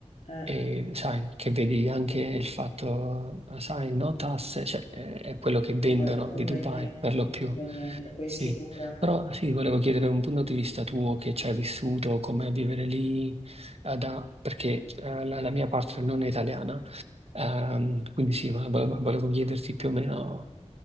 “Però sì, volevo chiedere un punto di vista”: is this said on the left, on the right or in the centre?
Right